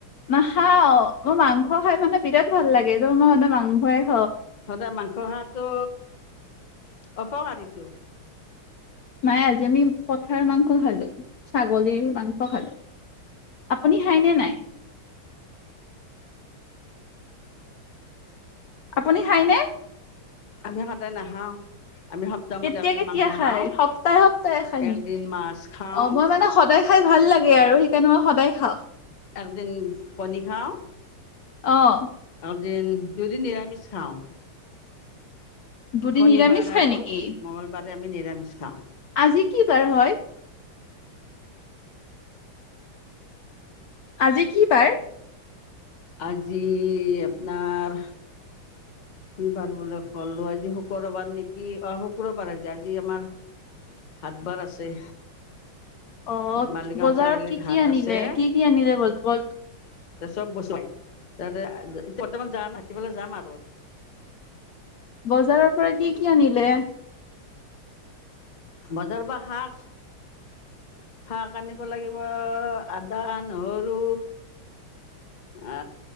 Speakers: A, on the left; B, on the left.
A: নাখাও। মোৰ মাংস খাই মানে বিৰাট ভাল লাগে, ত মই সদাই মাংস এ
B: সদায় মাংস খোৱাটো অপকাৰীতো।
A: নাই আজি আমি পঠাৰ মাংস খালো, ছাগলীৰ মাংস খালো, আপুনি খাইনে নাই। আপুনি খাইনে?
B: আমি সদায় নাখাওঁ। আমি সপ্তাহত
A: কেতিয়া-
B: একদিন
A: কেতিয়া
B: মাংস খাওঁ,
A: খাই, সপ্তাহে-সপ্তাহে খাই
B: একদিন
A: নেকি,
B: মাছ খাওঁ,
A: অঁ মই মানে সদায় খাই ভাল লাগে আৰু সেইকাৰণে মই সদায় খাওঁ।
B: একদিন কণী খাওঁ
A: অঁ।
B: দিন দুদিন নিৰামিষ খাওঁ।
A: দুদিন
B: শনিবাৰ
A: নিৰামিষ খায়
B: আৰু
A: নেকি
B: মংগলবাৰ আমি নিৰামিষ খাওঁ।
A: আজি কি বাৰ হয়? আজি কি বাৰ?
B: আজি আপোনাৰ কি বাৰ বোলে ক'লো আজি শুক্ৰবাৰ নেকি অ শুক্ৰবাৰ আজি-আজি আমাৰ হাত বাৰ আছে।
A: অঁ,
B: মালিগাঁও
A: বজাৰত
B: চাৰিআলিত
A: কি-কি
B: হাট
A: আনিলে,
B: আছে
A: কি- কি আনিলে বজাৰত <inaudible>
B: চব বস্তুৱেই, এতিয়া বৰ্তমান যাৱা নাই <unintelligible> যাম আৰু।
A: বজাৰৰ পৰা কি- কি আনিলে?
B: বজাৰৰ পৰা শাক, শাক আনিব লাগিব আদা, নহৰু আ